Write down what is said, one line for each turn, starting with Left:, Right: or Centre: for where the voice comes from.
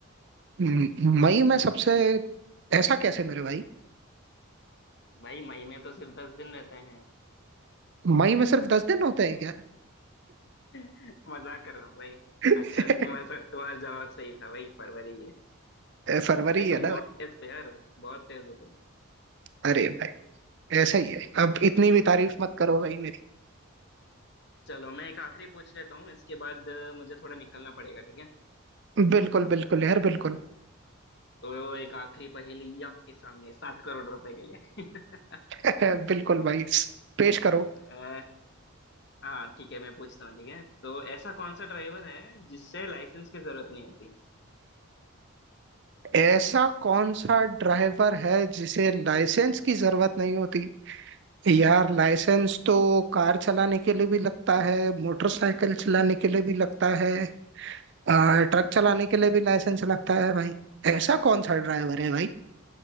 Right: म- मई में सबसे ऐसा कैसे मेरे भाई
Left: भाई मई में तो सिर्फ दस दिन रहते हैं
Right: मई में सिर्फ दस दिन होते हैं
Left: <laughs> मजाक कर रहा हूँ भाई
Right: क्या
Left: अच्छा तुम्हारा तुम्हारा जवाब सही था भाई फरवरी है
Right: <laughs> फरवरी
Left: भाई तुम
Right: है
Left: बहुत तेज हो यार बहुत तेज हो तुम
Right: अरे भाई ऐसा ही है अब इतनी भी तारीफ मत करो भाई मेरी
Left: चलो मैं एक आखिरी पूछ लेता हूँ इसके बाद अ, मुझे थोड़ा निकलना पड़ेगा ठीक है
Right: बिल्कुल बिल्कुल यार बिल्कुल
Left: तो एक आखिरी पहेली आपके सामने सात करोड़ रुपए के लिए <laughs>
Right: <laughs> बिल्कुल भाई पेश करो
Left: अ, हाँ ठीक है मैं पूछता हूँ ठीक है तो ऐसा कौन सा ड्राइवर है जिससे लाइसेंस की जरूरत नहीं होती
Right: ऐसा कौन सा ड्राइवर है जिसे लाइसेंस की जरूरत नहीं होती यार लाइसेंस तो कार चलाने के लिए भी लगता है मोटरसाइकिल चलाने के लिए भी लगता है आ, ट्रक चलाने के लिए भी लाइसेंस लगता है भाई ऐसा कौन सा ड्राइवर है भाई